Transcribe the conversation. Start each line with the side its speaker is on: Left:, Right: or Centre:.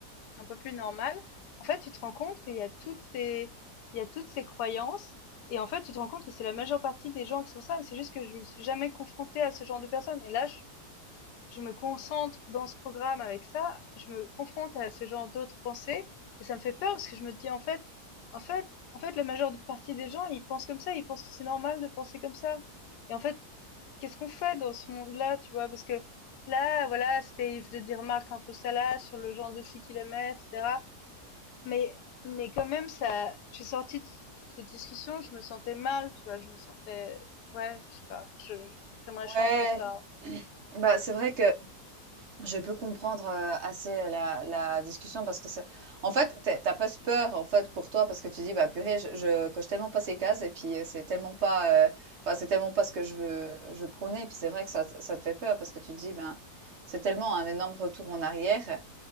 Left: un peu plus normal, en fait, tu te rends compte qu'il y a toutes ces, il y a toutes ces croyances. Et en fait, tu te rends compte que c'est la majeure partie des gens qui sont ça. C'est juste que je me suis jamais confrontée à ce genre de personnes. Et là, je, je me concentre dans ce programme avec ça, je me confronte à ce genre d'autres pensées et ça me fait peur parce que je me dis en fait, en fait, en fait, la majeure partie des gens, ils pensent comme ça, ils pensent que c'est normal de penser comme ça. Et en fait, qu'est-ce qu'on fait dans ce monde-là, tu vois Parce que là, voilà, c'était, il faisait des remarques un peu salaces sur le genre de filles qu'il aimait, etc. Mais, mais quand même, ça, j'ai sorti de cette discussion, je me sentais mal, tu vois, je me sentais, ouais, je sais pas, je- j'aimerais changer
Right: Ouais.
Left: ça.
Right: <clears throat> Bah, c'est vrai que Je peux comprendre, heu, assez la la discussion parce que c'est en fait, t'as es presque peur, en fait, pour toi parce que tu dis: «Bah, purée, je je coche tellement pas ces cases et puis, heu, c'est tellement pas, heu, enfin, c'est tellement pas ce que je veux je prônais» et puis c'est vrai que ça ça te fait peur parce que tu dis: «Ben, c'est tellement un énorme retour en arrière».